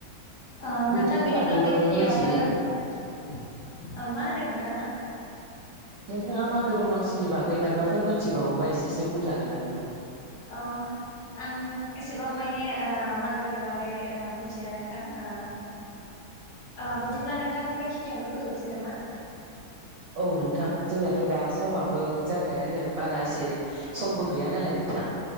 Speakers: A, on the left; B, on the right.
A: ओ
B: बेफोरनि
A: नोंथां बिदिब्ला
B: बागैबो
A: बेखिनियावनो
B: मोनथियो नामा
A: ओ
B: नोंथां
A: मा होनदों नोंथाङा
B: नोंथाङा मागो दमासिनि बागै मायबाफोर मोनथिबावोबा एसेसो बुंजागोन ना नोंथां
A: अ आं एसेबां मायने ओ मागोनि बागै ओ मोनथिया नोंथां ओ ओ बिदिब्ला नोंथां बेखिनियावनो फोजोबनोसै नामा
B: औ नोंथां जोंनाथ' दा समाबो जाबायानो बारा एसे समबो गैया नालाय नोंथां